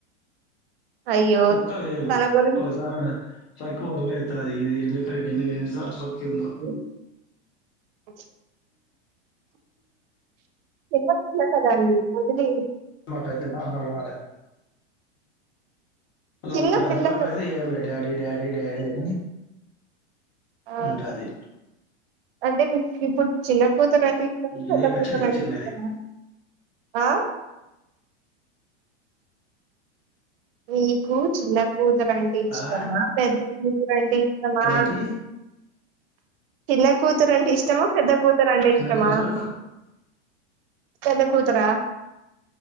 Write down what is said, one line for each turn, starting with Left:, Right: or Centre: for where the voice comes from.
Right: అయ్యో
Left: కుక్క వేరు
Right: తన గురిం
Left: ఒ <unintelligible> అయితది ఇది ఇది ఎ ఎన్నిసార్లు రక్కిందో
Right: <inaudible> చిన్నపిల్ల కదండి వదిలేయండి
Left: నాకైతే బాగా అలవాటండి <unintelligible> మా
Right: చిన్న
Left: పెద్ద
Right: పిల్ల
Left: పాప
Right: కదా
Left: అయితే ఏంలే డాడీ డాడీ డాడీ అని
Right: ఆ
Left: అంటాది
Right: అంటే మీకు ఇప్పుడు చిన్న కూతురంటే ఇష్టమా
Left: ఇదే
Right: పెద్ద
Left: కసిది
Right: కూతురంటే
Left: చిన్నది.
Right: ఇష్టమా ఆ మీకు చిన్న కూతురంటే ఇష్టమా
Left: ఆ!
Right: పెద్ద కూతురంటే ఇష్టమా
Left: ఏంటి
Right: చిన్న కూతురంటే ఇష్టమా పెద్ద కూతురాంటే
Left: చిన్న
Right: ఇష్టమా
Left: కూతురు
Right: పెద్ద కూతురా